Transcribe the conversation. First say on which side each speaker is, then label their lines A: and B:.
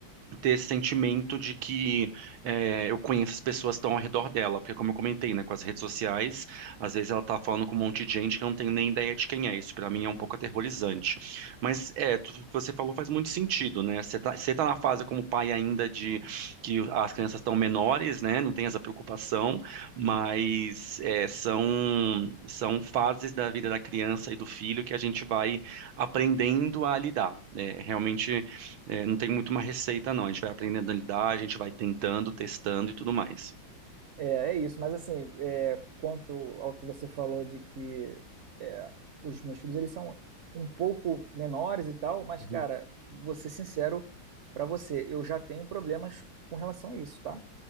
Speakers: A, on the right; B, on the right.
A: ter esse sentimento de que é, eu conheço as pessoas que estão ao redor dela, porque como eu comentei, né, com as redes sociais, às vezes ela tá falando com um monte de gente que eu não tenho nem ideia de quem é, isso pra mim é um pouco aterrorizante. Mas é, tudo que você falou faz muito sentido, né? Você tá, você tá na fase como pai ainda de que as crianças estão menores, né, não tem essa preocupação, mas é, são, são fases da vida da criança e do filho que a gente vai aprendendo a lidar, né? Realmente é, não tem muito uma receita, não. A gente vai aprendendo a lidar, a gente vai tentando, testando e tudo mais.
B: É, é isso. Mas assim, é, quanto ao que você falou de que é, os meus filhos eles são um pouco menores e tal, mas
A: Uhum.
B: cara, vou ser sincero para você, eu já tenho problemas com relação a isso, tá?